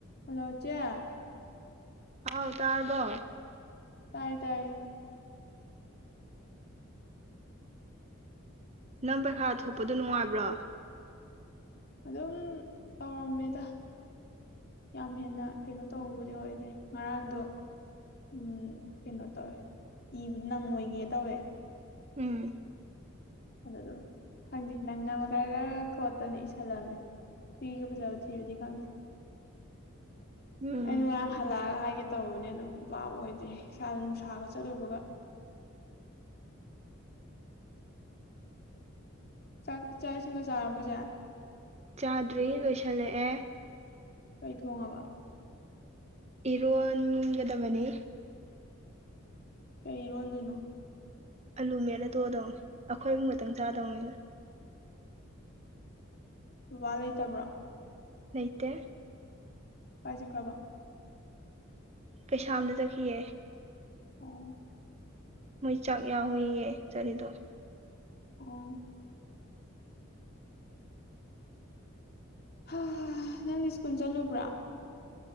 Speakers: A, on the left; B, on the right.
A: ꯍꯜꯂꯣ ꯆꯌꯥ
B: ꯍꯥꯎ ꯇꯔꯔꯕꯣ
A: ꯇꯥꯏ ꯇꯥꯏꯌꯦ
B: ꯅꯪ ꯄꯩꯈꯥ ꯊꯣꯛꯄꯗꯣ ꯅꯨꯡꯉꯥꯏꯕ꯭ꯔꯣ
A: ꯑꯗꯨꯝ ꯇꯧꯔꯝꯃꯦꯗ ꯌꯥꯝ ꯍꯦꯟꯅ ꯀꯩꯅꯣ ꯇꯧꯕꯕꯨꯗꯤ ꯑꯣꯏꯗꯦ ꯉꯔꯥꯡꯗꯣ ꯎꯝ ꯀꯩꯅꯣ ꯇꯧꯋꯦ ꯏꯕ ꯅꯪꯉꯣꯏꯒꯦ ꯇꯧꯋꯦ
B: ꯎꯝ
A: ꯑꯗꯨ ꯑꯗꯨꯝ ꯈꯪꯗꯦ ꯅꯪꯅꯕ ꯈꯔ ꯈꯔ ꯈꯣꯠꯇꯅ ꯏꯁꯜꯂꯝꯃꯦ ꯀ ꯀ ꯐꯖꯥ ꯊꯤꯕꯗꯤ ꯈꯪ
B: ꯎꯝ
A: ꯑꯩꯅ ꯍꯜꯂꯛꯑꯒ ꯍꯥꯏꯒꯦ ꯇꯧꯕꯅꯦ ꯑꯗꯨꯝ ꯄꯥꯞ ꯑꯣꯏꯗ꯭ꯔꯦ ꯏꯁꯥꯗ ꯅꯨꯡꯁꯥꯒ ꯆꯠꯂꯨꯕꯒ ꯆꯥꯛ ꯏꯥꯛ ꯏꯁꯤꯡꯒ ꯆꯥꯨꯔꯕꯁꯦ
B: ꯆꯥꯗ꯭ꯔꯤ ꯂꯣꯏꯁꯤꯜꯂꯛꯑꯦ
A: ꯀꯩ ꯊꯣꯡꯉꯕ
B: ꯏꯔꯣꯟꯒꯗꯕꯅꯤ
A: ꯀꯩ ꯏꯔꯣꯟꯗꯣꯏꯅꯣ
B: ꯑꯥꯂꯨ ꯃꯦꯠꯂ ꯇꯣꯛꯗꯧꯅꯤ ꯑꯩꯈꯣꯏꯕꯨ ꯈꯛꯇꯪ ꯆꯥꯗꯧꯅꯤꯅ
A: ꯑꯣ ꯕꯥ ꯂꯩꯇꯕ꯭ꯔꯥ
B: ꯂꯩꯇ
A: ꯀꯥꯏꯖꯈ꯭ꯔꯕ
B: ꯀꯩꯁꯥꯝꯗ ꯆꯠꯈꯤꯑꯦ
A: ꯑꯣ
B: ꯃꯣꯏ ꯆꯥꯛ ꯌꯥꯎꯋꯏꯌꯦ ꯆꯠꯅꯤꯗꯣ
A: ꯑꯣ ꯍ ꯍꯣꯏ ꯅꯪꯅ ꯁ꯭ꯀꯨꯜ ꯆꯠꯂꯨꯕ꯭ꯔꯥ